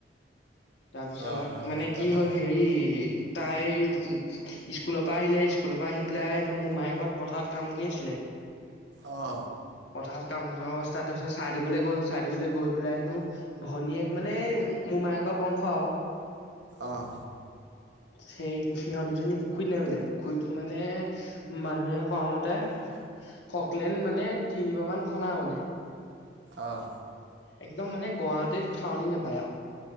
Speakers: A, on the left; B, on the right.
A: তাৰপিছত
B: অঁ অঁ
A: মানে
B: তাৰপৰা?
A: কি হ'ল হেৰি তাই স্কুলৰ পৰা আহিলে স্কুলৰ পৰা আহি পেলাই হেনো মোমাই ঘৰত পথাৰত কাম কৰি আছিলে
B: অ
A: কাম কৰি থকা অৱস্থা তাৰপিছত চাহ দিবলৈ গ'ল চাহ দিবলৈ গৈ পেলাই হেনো ভনীয়েক মানে মোৰ মোমায়েকৰ বংশ আও
B: অঁ
A: সেই সিহঁত দুজনী পুখুৰীত নামিলে। পুখুৰীতটো মানে মানুহে কোৱা মতে তাৰ ফকলেণ্ড মানে তিনিবাৰ মান খনা মানে
B: অ'
A: একদম মানে গৰাইতো থাহনি নোপায়